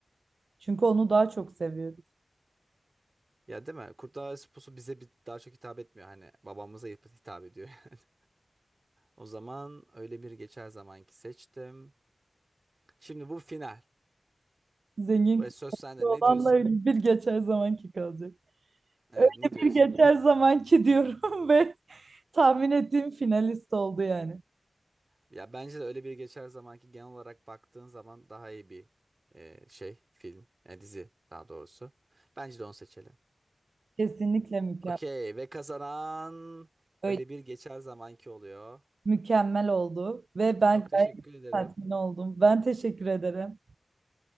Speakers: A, on the right; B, on the right.
A: Çünkü onu daha çok seviyoruz.
B: Ya değil mi? Kurtlar Vadisi Pusu bize bir daha çok hitap etmiyor. Hani babamıza hit- hitap ediyor. <laughs> O zaman öyle bir geçer zamanki seçtim. Şimdi bu final.
A: Zengin
B: Ve
A: kızı
B: söz sende.
A: olanla
B: Ne diyorsun?
A: öyle bir geçer zamanki kalacak.
B: Evet
A: Öyle
B: ne diyorsun?
A: bir geçer zamanki diyorum <laughs> ve tahmin ettiğim finalist oldu yani.
B: Ya bence de öyle bir geçer zamanki genel olarak baktığın zaman daha iyi bir e, şey film e, dizi daha doğrusu. Bence de onu seçelim.
A: Kesinlikle mükemmel.
B: Okey ve kazanan
A: Öyle
B: öyle bir geçer zamanki oluyor.
A: mükemmel oldu ve ben
B: Çok teşekkür
A: gayet
B: ederim.
A: tatmin oldum. Ben teşekkür ederim.